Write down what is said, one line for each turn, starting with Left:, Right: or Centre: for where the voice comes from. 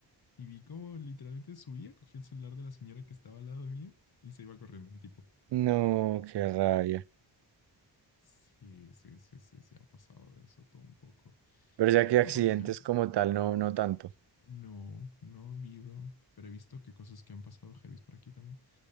Left: y vi como literalmente subía, cogía el celular de la señora que estaba al lado mío y se iba corriendo el tipo.
Right: No, qué rabia.
Left: Sí, sí, sí, sí, se ha pasado de eso todo un poco.
Right: Pero ya que
Left: Bueno,
Right: accidentes
Left: por mi casa,
Right: como tal, no, no tanto.
Left: no, no he habido, pero he visto que cosas que han pasado heavies por aquí también.